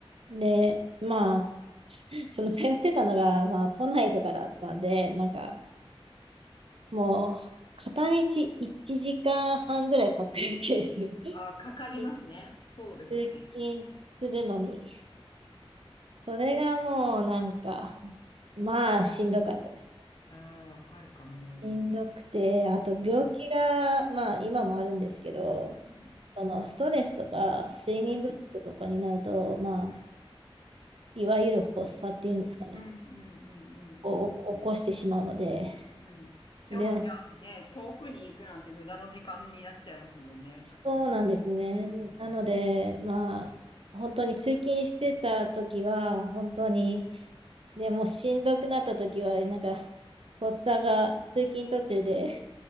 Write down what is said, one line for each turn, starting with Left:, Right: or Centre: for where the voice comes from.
Right: で、まあ、<laughs> その通ってたのが、まあ都内とかだったんで、なんか
Left: うん
Right: もう片道1時間半ぐらいかかるわけですよ。<laughs>
Left: あーかかりますね。そうですよね。
Right: 通勤するのに。それがもうなんか、まあしんどかったです。
Left: ああ、わかるかも。
Right: しんどくて、あと病気が、
Left: うん。
Right: まあ今もあるんですけど、
Left: うん。
Right: そのストレスとか睡眠不足とかになると、
Left: うん。
Right: まあ、
Left: うん。
Right: いわゆる発作っていうんですかね、
Left: うん。うん。うん。うん。
Right: を起こしてしまうので、
Left: うん。うんうん。でもじゃあね、
Right: で、
Left: 遠くに行くなんて無駄の時間になっちゃいますもんね。
Right: そうなんですね。
Left: だうんうん。
Right: なので、まあ、本当に通勤してた時は、本当に、でもうしんどくなった時は、なんか、発作が、通勤途中で